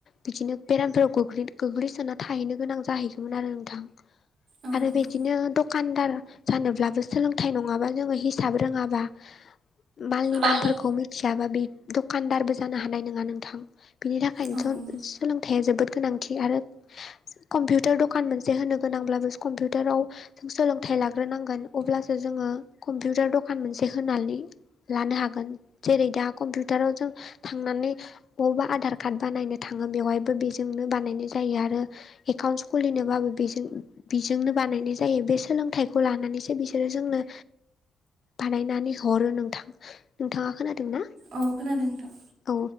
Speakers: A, on the left; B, on the right.
A: बिदिनो बेरामफोराव गोग्लै-गोग्लैसोना थाहैनो गोनां जाहैगौमोन आरो नोंथां।
B: औ
A: आरो
B: नंगौ
A: बिदिनो द खान्दार जानोब्लाबो सोलोंथाइ नङाबा जोङो हिसाब रोङाबा मालनि नामफोरखौ
B: बालनि
A: मिथियाबा बे दखानदारबो जानो हानाय नङा नोंथां। बिनि थाखायनोथ'
B: औ नंगौ
A: सोलोंथाइआ जोबोद गोनांथि आरो कम्पिउटार दखान मोनसे होनो गोनांब्लाबो कम्पिउटाराव जों सोलोंथाइ लाग्रोनांगोन अब्लासो जोङो कम्पिउटार द'खान मोनसे होनानै लानो हागोन। जेरै-दा कम्पिउटाराव जों थांनानै बबावबा आधार कार्ड बानायनो थाङो बेवहायबो बेजोंनो बानायनाय जायो आरो एकाउन्टस खुलिनोबाबो बेजों-बेजोंनो बानायनाय जायो। बे सोलोंथाइखौ लानानैसो बिसोरो जोंनो बानायनानै हरो नोंथां नोंथाङा खोनादों ना?
B: अ खोनादों नोंथां।
A: औ